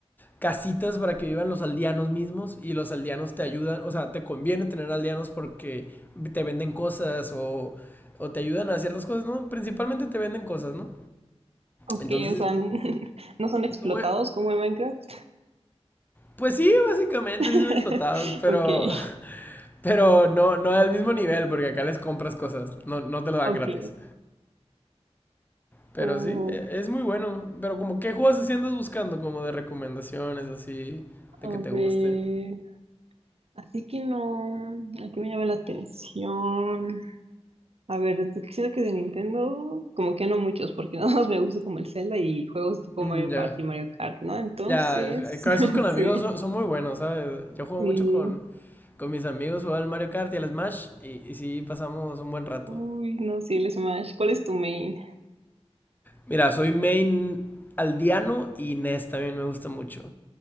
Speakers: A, on the left; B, on the right.
A: casitas para que vivan los aldeanos mismos y los aldeanos te ayudan, o sea, te conviene tener aldeanos porque te venden cosas o, o te ayudan a ciertas cosas, ¿no? Principalmente te venden cosas, ¿no?
B: Ok,
A: Entonces,
B: o sea, n- <laughs> no son explotados
A: no e-
B: como en Minecraft.
A: pues sí, básicamente
B: <laughs>
A: sí son explotados, pero,
B: Ok,
A: <laughs> pero no, no al mismo nivel porque acá les compras cosas, no, no te lo dan
B: ok.
A: gratis. Pero
B: Oh,
A: sí, e- es muy bueno. Pero como, ¿qué juegos así andas buscando? Como de recomendaciones, así, de
B: a
A: que te
B: ver.
A: gusten.
B: Así que no, aquí me llama la atención. A ver, es que siento que de Nintendo, como que no muchos, porque <laughs> nada más me gusta como el Zelda y juegos tipo
A: Mm,
B: Mario
A: ya.
B: Party y Mario Kart, ¿no? Entonces,
A: Ya, eh, con
B: <laughs>
A: esos con amigos
B: sí,
A: son, son muy buenos, ¿sabes? Yo juego
B: sí.
A: mucho con, con mis amigos, juego al Mario Kart y al Smash y, y sí pasamos un buen rato.
B: Uy, no, sí, el Smash. ¿Cuál es tu main?
A: Mira, soy main aldeano y Ness también me gusta mucho.